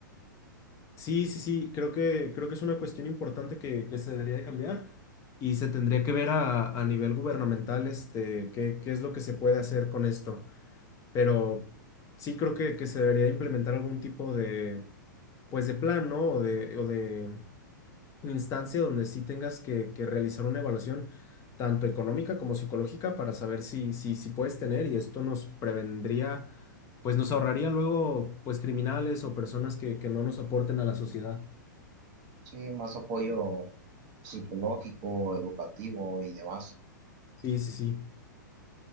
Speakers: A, on the left (about 30°); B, on the right (about 45°).
A: Sí, sí, sí, creo que, creo que es una cuestión importante que, que se debería de cambiar y se tendría que ver a, a nivel gubernamental, este, qué, qué es lo que se puede hacer con esto. Pero sí creo que, que se debería de implementar algún tipo de, pues, de plan, ¿no? O de, o de instancia donde sí tengas que, que realizar una evaluación tanto económica como psicológica para saber si, si, si puedes tener y esto nos prevendría, pues nos ahorraría luego pues criminales o personas que, que no nos aporten a la sociedad.
B: Sí, más apoyo psicológico, educativo y demás.
A: Sí, sí, sí.